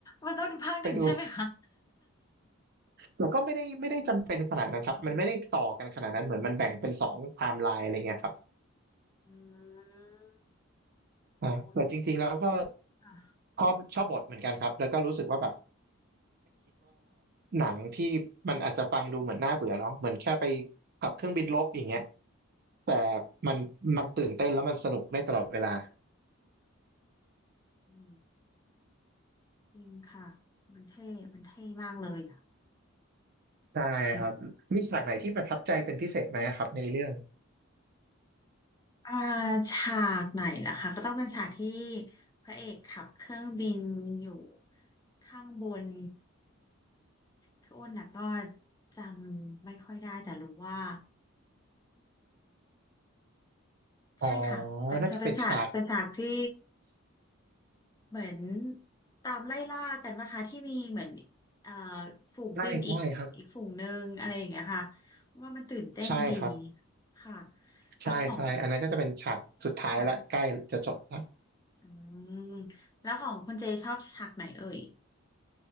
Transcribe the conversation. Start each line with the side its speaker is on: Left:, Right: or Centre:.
Left: มันต้องดูภาคหนึ่งใช่ไหมคะ
Right: ไปดูแล้วก็ไม่ได้ไม่ได้จำเป็นขนาดนั้นครับมันไม่ได้ต่อกันขนาดนั้นเหมือนมันแบ่งเป็นสองไทม์ไลน์อะไรเงี้ยครับ
Left: อืม
Right: อ่าแต่จริงๆแล้วก็
Left: โอ้ยค่ะ
Right: ชอบชอบบทเหมือนกันครับแล้วก็รู้สึกว่าแบบหนังที่มันอาจจะฟังดูเหมือนน่าเบื่อเนาะเหมือนแค่ไปขับเครื่องบินรบอย่างเงี้ยแต่มันมันตื่นเต้นแล้วมันสนุกได้ตลอดเวลา
Left: อืมจริงค่ะมันเท่มันเท่มากเลยอ่ะ
Right: ได้ครับมีฉากไหนที่ประทับใจเป็นพิเศษไหมครับในเรื่อง
Left: อืมอ่าฉากไหนล่ะคะก็ต้องเป็นฉากที่พระเอกขับเครื่องบินอยู่ข้างบนคืออ้นน่ะก็จำไม่ค่อยได้แต่รู้ว่า
Right: อ๋อ
Left: ใช่ค่ะเป็นฉากเป็นฉากเป็นฉากที่
Right: น่าจะเป็นฉาก
Left: เหมือนตามไล่ล่ากันนะคะที่มีเหมือนเอ่อฝูงบินอีกอีกฝูงหนึ่งอะไรอย่างเงี้ยค่ะ
Right: ใช่ใช่ครับ
Left: ว่ามันตื่นเต้นดี
Right: ใช่ครับ
Left: ค่ะแล้วของ
Right: ใช่ใช่อันนั้นก็จะเป็นฉากสุดท้ายละใกล้จะจบละ
Left: ค่ะอืมแล้วของคุณเจชอบฉากไหนเอ่ย